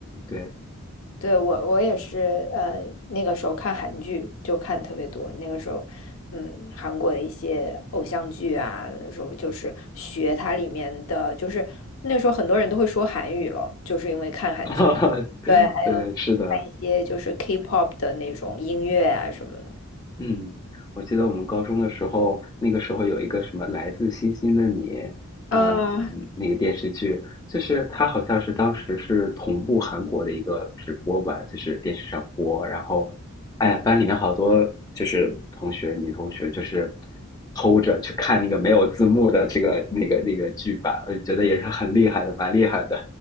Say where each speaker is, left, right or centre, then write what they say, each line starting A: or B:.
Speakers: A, on the left (about 15°); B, on the left (about 65°).
A: 对，
B: 对，我我也是，呃，那个时候看韩剧就看特别多。那个时候，嗯，韩国的一些偶像剧啊，那时候就是学它里面的，就是那时候很多人都会说韩语了，就是因为看韩剧。
A: <laughs>
B: 对，还
A: 对，是的。
B: 看一些就是 K-pop 的那种音乐啊什么的。
A: 嗯，我记得我们高中的时候，那个时候有一个什么《来自星星的你》，
B: 啊，
A: 嗯，那个电视剧，就是它好像是当时是同步韩国的一个直播吧，就是电视上播，然后，哎呀，班里面好多就是同学，女同学就是偷着去看那个没有字幕的这个那个那个剧版，我就觉得也是很厉害的，蛮厉害的。